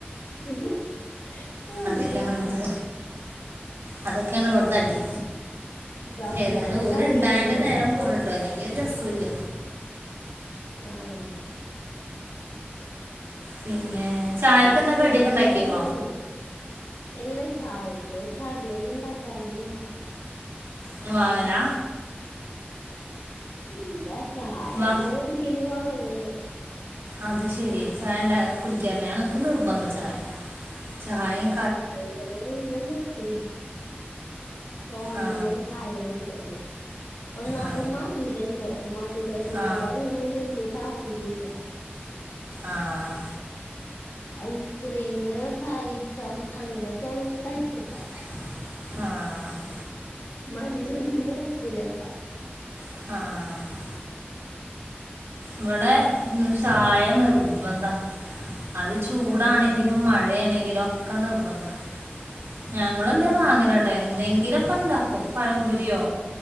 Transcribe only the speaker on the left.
ശെരി അല്ലാഹ്
സമയം
പോണതറിയൂലല്ലേ
ആഹാ
സ്കൂൾ
തൊർക്കുന്നുള്ള ഇല്ല ചായക്ക് കാടിയൊന്നും ഉണ്ടാക്കാറില്ല
ഇല്ല ചായ
ന്നെ കുടിക്കല് കൊറ്ഞ്ഞ് ണ്
<inaudible> തോന്നമ്പോ
ചായ കുടി ക്കാന് ഒന്നാമത്
മതിരല്ലേ മതിരത്തിനോട്
അങ്ങനെ വല്യ ത ൽപര്യല്ല
ഐസ്ക്രീമ് പായിസം അങ്ങനെക്കെയണെങ്കി കഴിക്കുട്ടാ
മതിരോന്നും നോക്കൂലപ്പ
ആഹ്
ഉം